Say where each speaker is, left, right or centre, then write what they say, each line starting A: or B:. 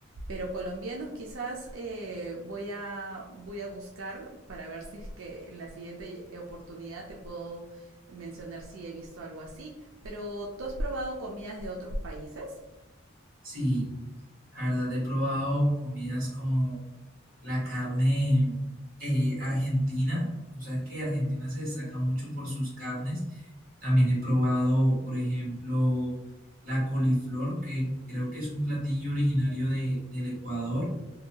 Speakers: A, on the right; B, on the right.
A: Pero colombianos quizás eh, voy, a, voy a buscar para ver si es que en la siguiente oportunidad te puedo mencionar si he visto algo así. Pero ¿tú has probado comidas de otros países?
B: Sí. La verdad, he probado comidas como la carne eh, argentina. O sea, que Argentina se destaca mucho por sus carnes. También he probado, por ejemplo, la coliflor, que creo que es un platillo originario de, del Ecuador.